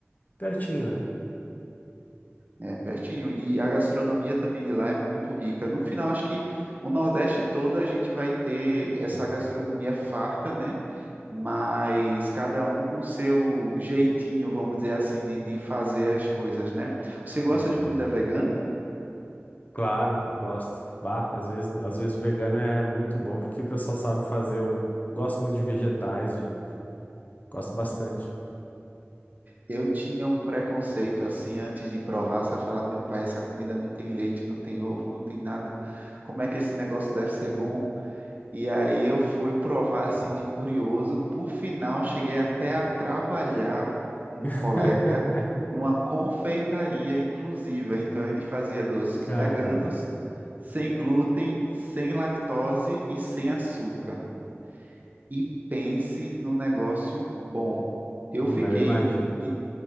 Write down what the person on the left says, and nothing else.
pertinho, né?
Uhum.
Claro, gosto. Bah, às vezes, às vezes o vegano é muito bom porque o pessoal sabe fazer um. Gosto muito de vegetais, de- gosto bastante.
<laughs>
Caraca,
hum,
eu imagino.